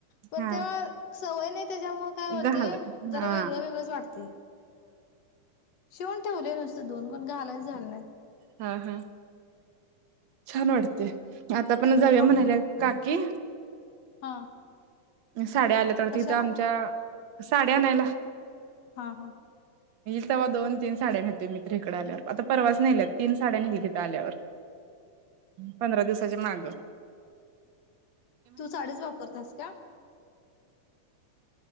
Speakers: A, on the left; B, on the right.
A: पण
B: हा
A: तेव्हा. सवय नाही. त्याच्यामुळे काय होते
B: घाल
A: जरा
B: हा
A: वेगळं वेगळंच वाटते. शिवून ठेवले नुसतं दोन कोण घालायच झा ह <unintelligible>
B: हा हा छान वाटते. आता पण जाऊया म्हणायल्या
A: आप
B: काकी.
A: हा.
B: अ साड्या आल्या तर
A: कशाला
B: तिथं आमच्या. साड्या आणायला
A: हा हा.
B: सव्हा दोन तीन साड्या नेतोय मित्र इकडे आल्यावर आता परवाच नेल्यात तीन साड्या नेल्या. तिथे आल्यावर पंधरा दिवसाच्या माग.
A: तू साडेच बाप्. करतस का?